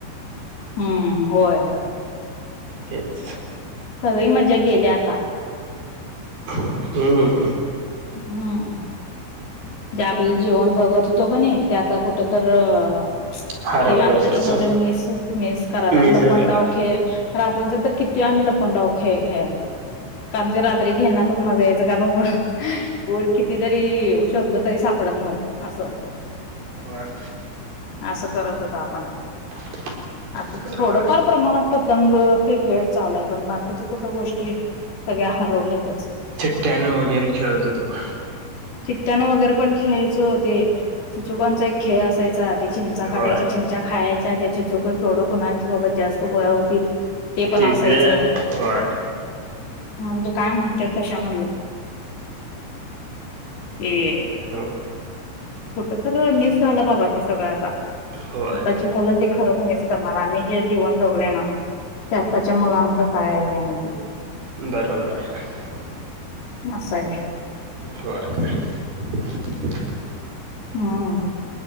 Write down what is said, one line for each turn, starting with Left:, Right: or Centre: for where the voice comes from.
Left: हम होय
Right: तेच
Left: सगळी मज्जा गेल्या आता
Right: हम
Left: हम जे आपण जीवन जगत होतो कणी ते आता कुठ तर अ
Right: हरवल्यासारखं
Left: ते आत्ताची मुलं मिस मिस कराल्यात
Right: मिसळ
Left: लपंडाव
Right: करायलोय.
Left: खेळ रात्रीच तर किती आम्ही लपंडाव खेळ खेळायचो कारण ते रात्री खेळण्यातच मज्जा यायच कारण कितीतरी शोधलं तरी सापडत नव्हतं असं
Right: व्हय
Left: असं करत होतो आपण
Right: <inaudible>
Left: आता
Right: बरोबर
Left: थोडंफार
Right: आहे.
Left: प्रमाणात पतंग, क्रिकेट चालूय पण बाकीच्या कुठ गोष्टी सगळ्या हरवल्यातचं
Right: चिट्ट्यान वगैरे खेळत होतो.
Left: चिठ्ठ्यानं वगैरे पण खेळायचो ते चिचुकांचा एक खेळ असायचा, ते चिंचा काढायच्या
Right: होय.
Left: चिंचा खायच्या ते चिचुक केवढ कुणाचं बाबा जास्त गोळा होतील ते पण
Right: तिज
Left: असायचं.
Right: होय.
Left: म्हणजे काय म्हणते तशा म्हणलं ये <inaudible>
Right: हॅलो
Left: कुठं तर मिस झालं बाबा ते सगळ आता.
Right: होय
Left: आत्ताची मुलं ती खरंच मिस करणार आम्ही जे जीवन जगलोय ना ते आत्ताच्या मुलांच काय हे नाय की
Right: बरोबर हाय
Left: अस हाय व्हय
Right: होय. <inaudible>
Left: हम